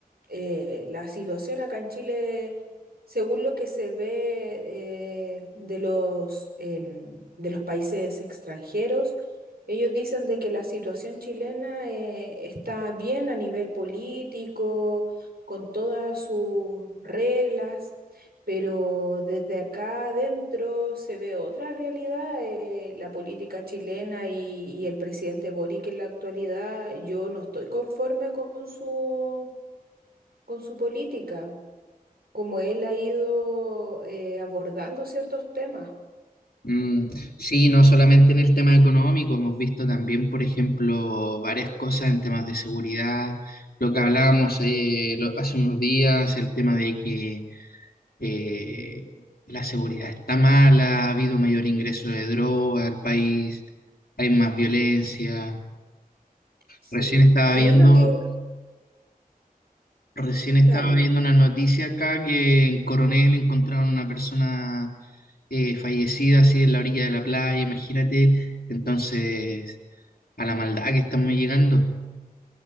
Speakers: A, on the right; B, on the left.
A: eh, la situación acá en Chile, según lo que se ve eh, de los, em, de los países extranjeros, ellos dicen de que la situación chilena eh, está bien a nivel político, con todas sus reglas pero desde acá adentro se ve otra realidad, eh, la política chilena y, y el presidente Boric en la actualidad, yo no estoy conforme con su, con su política, como él ha ido eh, abordando ciertos temas.
B: Mm, sí, no solamente en el tema económico, hemos visto también, por ejemplo, varias cosas en temas de seguridad, lo que hablábamos eh, lo- hace unos días, el tema de que eh, la seguridad está mala, ha habido mayor ingreso de droga al país, hay más violencia.
A: Sí,
B: Recién estaba
A: A
B: viendo,
A: mí lo que...
B: recién estaba
A: Dale.
B: viendo una noticia acá que en Coronel encontraron una persona eh, fallecida así en la orilla de la playa, imagínate, entonces a la maldad que estamos llegando.